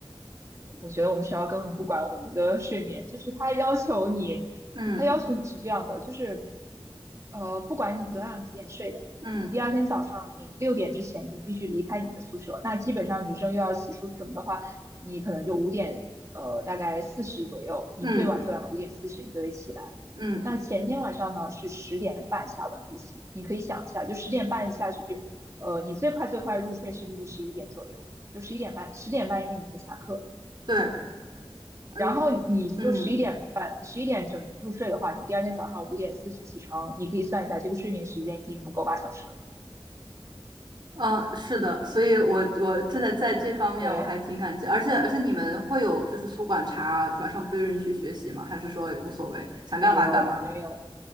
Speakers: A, on the right; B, on the right.
A: 我觉得我们学校根本不管我们的睡眠，就是他要求你，
B: 嗯
A: 他要求你是这样的，就是呃，不管你昨天晚上几点睡的，
B: 嗯
A: 你第二天早上你六点之前你必须离开你的宿舍。那基本上女生又要洗漱什么的话，你可能就五点呃大概四十左右，你最晚最晚五点四十你就得起来。
B: 嗯嗯，
A: 那前天晚上呢是十点半下晚自习，你可以想一下，就十点半下去，呃，你最快最快入睡是不是十一点左右？就十一点半，十点半因为你才下课。
B: 对，嗯
A: 然后你就十一点半、
B: 嗯
A: 十一点整入睡的话，你第二天早上五点四十起床，你可以算一下，这个睡眠时间已经不够八小时了。
B: 呃，是的，所以我我这在在这方面我还挺感激，
A: 对，
B: 而且而且你们会有就是宿管查，晚上不允许学习吗？还是说也无所谓，想干嘛干嘛？
A: 没有没有，